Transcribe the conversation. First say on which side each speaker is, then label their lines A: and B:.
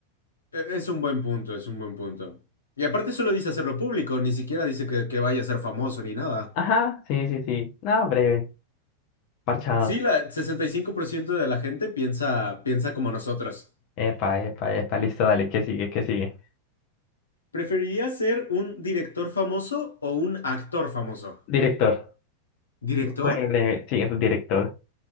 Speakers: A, on the left; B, on the left.
A: E- Es un buen punto, es un buen punto. Y aparte solo dice hacerlo público, ni siquiera dice que, que vaya a ser famoso ni nada.
B: Ajá, sí, sí, sí. No, breve, parchado.
A: Sí, la 65% de la gente piensa, piensa como nosotros.
B: Epa, epa, epa, listo, dale, ¿qué sigue? ¿Qué sigue?
A: ¿Preferirías ser un director famoso o un actor famoso?
B: Director.
A: ¿Director?
B: Fue breve, sí, director.